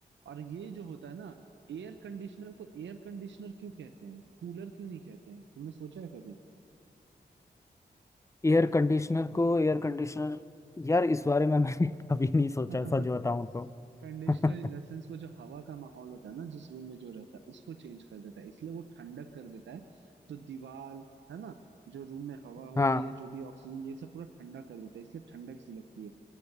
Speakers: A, on the right; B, on the left.
A: और ये जो होता है ना एयर कंडीशनर को एयर कंडीशनर क्यों कहते हैं कूलर क्यों नहीं कहते हैं तुमने सोचा है कभी
B: एयर कंडीशनर को एयर कंडीशनर यार इस बारे में मैंने <laughs> कभी नहीं सोचा
A: <laughs>
B: सच बताऊं तो
A: कंडीशनर
B: <laughs>
A: इन द सेंस वो जो हवा का माहौल होता है ना जिस रूम में जो रहता है उसको चेंज कर देता है इसलिए वो ठंडक कर देता है तो दीवार है ना जो रूम में हवा होती
B: हाँ
A: है जो भी ऑक्सीजन ये सब पूरा ठंडा कर देता है इसलिए ठंडक सी लगती है